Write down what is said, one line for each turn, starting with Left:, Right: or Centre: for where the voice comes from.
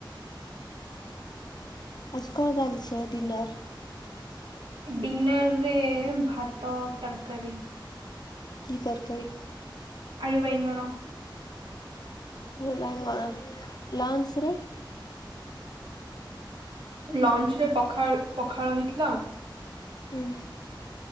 Left: ଆଜି କଣ ରାନ୍ଧିଛ ଡିନର୍?
Right: ଡିନର୍ ରେ ଭାତ, ତରକାରୀ।
Left: କି ତରକାରୀ?
Right: ଆଳୁ ବାଇଁଙ୍ଗଣ।
Left: ଓ ବାଇଗଣ ଲଞ୍ଚରେ?
Right: ଲଞ୍ଚ୍ ରେ ପଖାଳ ପଖାଳ ହେଇଥିଲା।
Left: ହୁଁ।